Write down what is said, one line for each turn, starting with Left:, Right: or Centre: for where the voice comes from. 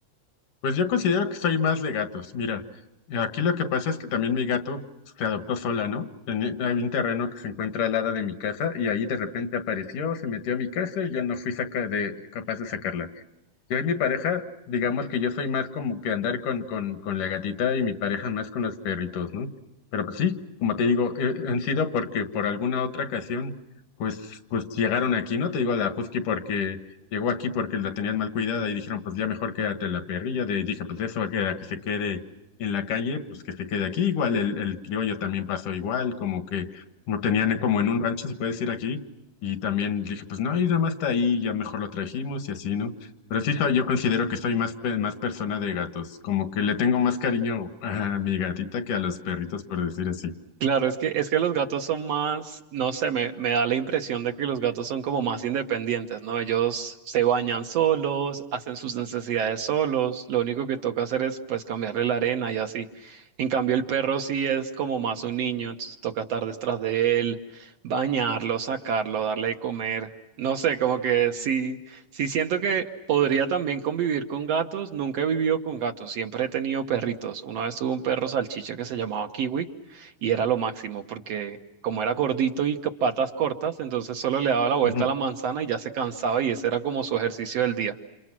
Left: Pues yo considero que soy más de gatos. Mira, aquí lo que pasa es que también mi gato pues, se adoptó sola, ¿no? Teni- hay un terreno que se encuentra al lado de mi casa y ahí de repente apareció, se metió a mi casa y ya no fui saca de, capaz de sacarla. Yo y mi pareja, digamos que yo soy más como que andar con, con, con la gatita y mi pareja más con los perritos, ¿no? Pero pues sí, como te digo, eh, han sido porque por alguna otra ocasión, pues, pues llegaron aquí, ¿no? Te digo a la Husky porque llegó aquí porque la tenían mal cuidada y dijeron, pues ya mejor quédate la perrilla. De, y dije, pues eso va a quedar que se quede en la calle, pues que se quede aquí. Igual el, el criollo también pasó igual, como que lo tenían como en un rancho, se puede decir aquí. Y también dije, pues no, y nada más está ahí, ya mejor lo trajimos y así, ¿no? Pero sí soy, yo considero que soy más, pe- más persona de gatos, como que le tengo más cariño a mi gatita que a los perritos, por decir así.
Right: Claro, es que, es que los gatos son más, no sé, me, me da la impresión de que los gatos son como más independientes, ¿no? Ellos se bañan solos, hacen sus necesidades solos, lo único que toca hacer es pues cambiarle la arena y así. En cambio, el perro sí es como más un niño, entonces toca estar detrás de él, bañarlo, sacarlo, darle de comer. No sé, como que sí, sí siento que podría también convivir con gatos, nunca he vivido con gatos, siempre he tenido perritos. Una vez tuve un perro salchicha que se llamaba Kiwi y era lo máximo porque como era gordito y con patas cortas, entonces solo le daba la vuelta
Left: Ujú.
Right: a la manzana y ya se cansaba y ese era como su ejercicio del día.